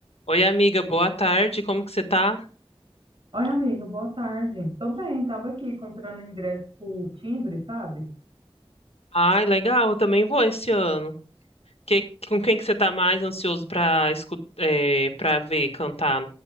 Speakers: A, on the left (about 80°); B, on the right (about 60°).
A: Oi, amiga, boa tarde. Como que você tá?
B: Oi, amiga, boa tarde. Tô bem, tava aqui comprando ingresso por timbre, sabe?
A: Ai, legal, eu também vou esse ano. Que- com quem que você tá mais ansioso pra escutar, para ver cantar